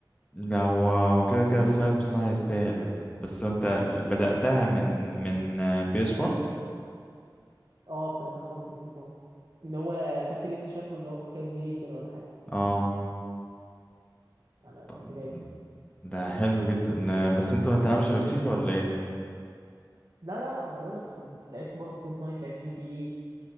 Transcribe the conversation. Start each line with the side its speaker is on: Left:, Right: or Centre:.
Left: لا هو وكده كده الفايف بصراحة يستاهل بس انت بدأتها من من آه، PS1
Right: اه ابتديتها خالص من التليفون اللي هو فاكر انت شكله اللي هو كان جري كده ولا حاجه
Left: اه
Right: انا كنت
Left: طب
Right: جايبه
Left: ده حلو جدا آه، بس انت ما تلعبش غير فيفا ولا ايه
Right: لا لا لا ما انا بقول لك لعبت برضه فورتنايت لعبت جي تي اي